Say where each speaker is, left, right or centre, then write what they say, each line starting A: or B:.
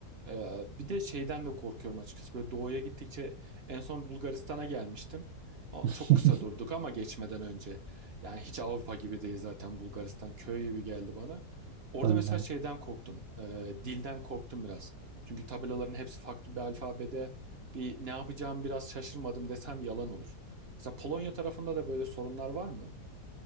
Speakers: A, on the right; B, on the right.
A: Ee, bir de şeyden de korkuyorum açıkçası. Böyle doğuya gittikçe en son Bulgaristan'a gelmiştim. O-
B: <laughs>
A: Çok kısa durduk ama geçmeden önce. Yani hiç Avrupa gibi değil zaten Bulgaristan. Köy gibi geldi bana. Orada
B: Tabii
A: mesela
B: canım.
A: şeyden korktum. Ee, dilden korktum biraz. Çünkü tabelaların hepsi farklı bir alfabede. Bir ne yapacağımı biraz şaşırmadım desem yalan olur. Mesela Polonya tarafında da böyle sorunlar var mı?